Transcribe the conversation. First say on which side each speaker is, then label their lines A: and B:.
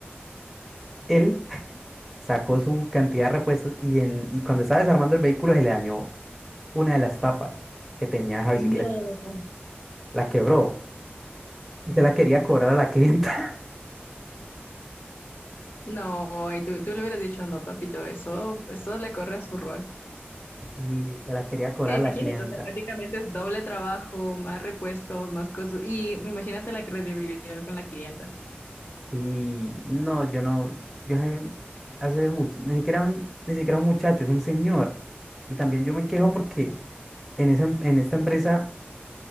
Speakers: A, in the centre; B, on the left (about 55°).
A: Él <laughs> sacó su cantidad de repuestos y, en, y cuando estaba desarmando el vehículo se le dañó una de las tapas que tenía esa
B: No.
A: bicicleta. La quebró. Y se la quería cobrar a la clienta. <laughs>
B: No, ay, tú, tú le hubieras dicho, no, papito, eso, eso le corre a su rol.
A: Sí, se la quería cobrar
B: Que imagínate,
A: a la clienta.
B: o sea, prácticamente es doble trabajo, más repuestos, más cosas. Y imagínate la credibilidad con la clienta.
A: Sí, no, yo no, yo sé- hace mucho, ni siquiera un, ni siquiera un muchacho, es un señor. Y también yo me quejo porque en esa, em- en esta empresa